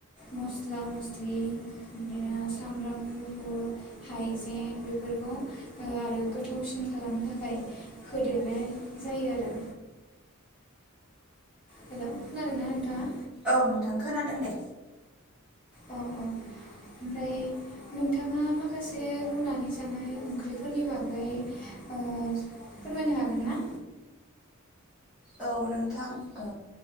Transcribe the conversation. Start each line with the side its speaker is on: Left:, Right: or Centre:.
Left: मस्ला मस्लि बिदिनो सामब्राम गुफुर हाइजें बेफोरखौ आरो गोथावसिन खालामनो थाखाय होदेरनाय जायो आरो। हेल' खोनादोंना नोंथाङा?
Centre: औ नोंथां खोनादों दे।
Left: अ औ ओमफ्राय नोंथाङा माखासे रुनानै जानाय ओंख्रिफोरनि बागै ओ फोरमायनो हागोन ना?
Centre: औ नोंथां ओ